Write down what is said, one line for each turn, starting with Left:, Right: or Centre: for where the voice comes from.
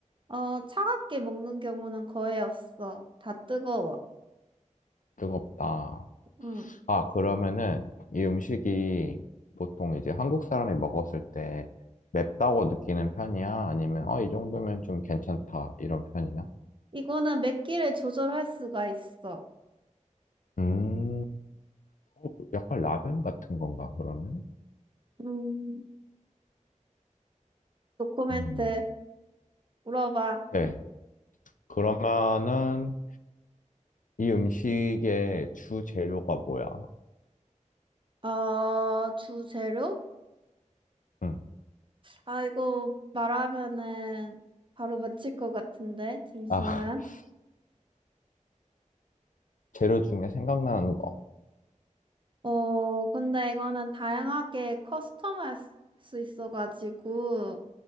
Right: 어, 차갑게 먹는 경우는 거의 없어. 다 뜨거워.
Left: 뜨겁다.
Right: 응.
Left: 아, 그러면은 이 음식이 보통 이제 한국 사람이 먹었을 때 맵다고 느끼는 편이야? 아니면 어, 이 정도면 좀 괜찮다 이런 편이야?
Right: 이거는 맵기를 조절할 수가 있어.
Left: 음, 어, 그 약간 라면 같은 건가, 그러면?
Right: 음, 도코멘트
Left: 음,
Right: 물어봐.
Left: 오케이. 그러면은 이 음식의 주 재료가 뭐야?
Right: 어, 주재료?
Left: 음,
Right: 아, 이거 말하면은 바로 맞힐 것 같은데, 잠시만.
Left: 아, <laughs> 재료 중에 생각나는 거.
Right: 어, 근데 이거는 다양하게 커스텀할 수수 있어가지고,